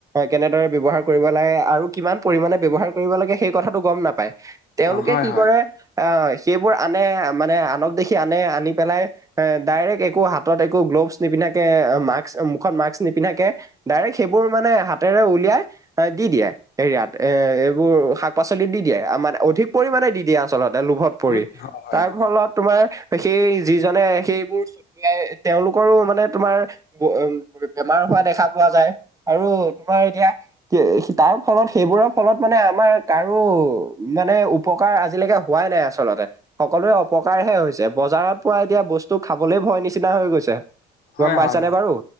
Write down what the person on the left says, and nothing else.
অ হয়
হয়
উম হয় হয়
হয়
হয়
হয়